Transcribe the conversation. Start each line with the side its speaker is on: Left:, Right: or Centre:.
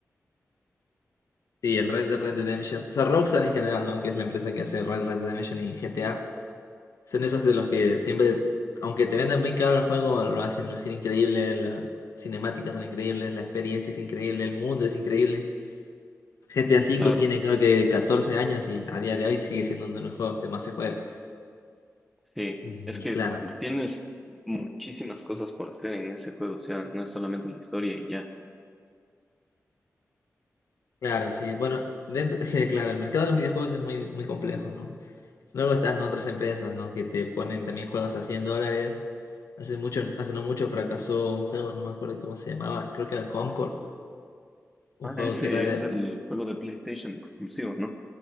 Left: Sí, el Red Dead Redemption. O sea, Rockstar en general, ¿no? Que es la empresa que hace Red Dead Redemption y G T A Son esos de los que siempre, aunque te venden muy caro el juego, lo hacen lucir increíble. Las cinemáticas son increíbles, la experiencia es increíble, el mundo es increíble. G T A cinco
Centre: Claro,
Left: tiene creo que 14 años y a día de hoy sigue siendo uno de los juegos que más se juega.
Centre: Sí,
Left: Y
Centre: es que
Left: claro,
Centre: tienes muchísimas cosas por hacer en ese juego, o sea, no es solamente la historia y ya.
Left: claro, sí. Bueno, dentro, <laughs> claro, el mercado de los videojuegos es muy, muy complejo, ¿no? Luego están otras empresas, ¿no? Que te ponen también juegos a 100 dólares. Hace mucho, hace no mucho fracasó un juego, no me acuerdo cómo se llamaba, creo que era Concord, un
Centre: Ah,
Left: juego
Centre: ese
Left: que era, de-
Centre: es el juego de PlayStation exclusivo, ¿no?